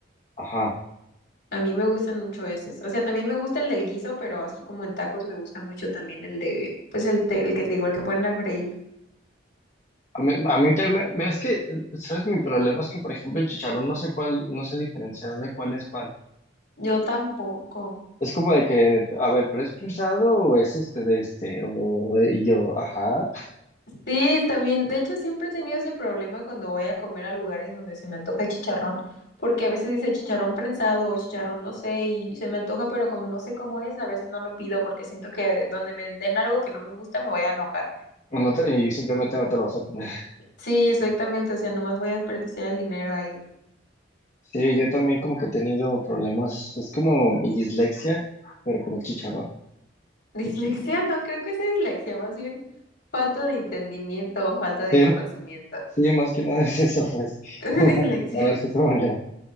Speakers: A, on the left; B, on the left.
A: Ajá.
B: A mí me gustan mucho esos. O sea, también me gusta el del guiso, pero así como en tacos me gusta mucho también el de, pues el, te- el que te digo, el que ponen a freír.
A: A mí, a mí también, me- es que, ¿sabes? Mi problema es que, por ejemplo, el chicharrón no sé cuál, no sé diferenciar de cuál es cuál.
B: Yo tampoco.
A: Es como de que, a ver, ¿pero es prensado o es este de este? O y yo, ajá.
B: Sí, también, de hecho siempre he tenido ese problema cuando voy a comer a lugares donde se me antoja el chicharrón, porque a veces dice chicharrón prensado o chicharrón no sé, y se me antoja, pero como no sé cómo es, a veces no lo pido porque siento que donde me den algo que no me gusta me voy a enojar.
A: O no te- y simplemente no te lo vas a comer.
B: Sí, exactamente, o sea, nomás voy a desperdiciar el dinero ahí.
A: Sí, yo también como que he tenido problemas. Es como mi dislexia, pero con el chicharrón.
B: <laughs> Dislexia, no creo que sea dislexia, más bien falta de entendimiento, falta
A: Sí,
B: de conocimiento.
A: sí, más que nada <laughs> es eso, pues.
B: <laughs>
A: <laughs> No lo
B: Dislexia,
A: es de esa manera.